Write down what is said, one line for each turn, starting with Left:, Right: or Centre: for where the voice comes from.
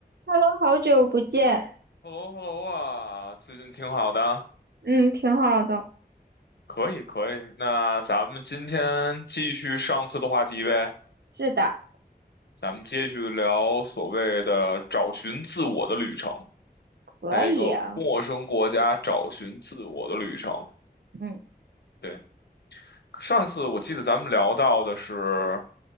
Right: Hello，好久不见。
Left: h e l l o h e l l o 啊，最近挺好的，
Right: 嗯，挺好的。
Left: 可以可以。那咱们今天继续上次的话题呗，
Right: 是的，
Left: 咱们继续聊所谓的找寻自我的旅程，
Right: 可以啊。
Left: 在一个陌生国家找寻自我的旅程。
Right: 嗯
Left: 对，上一次我记得咱们聊到的是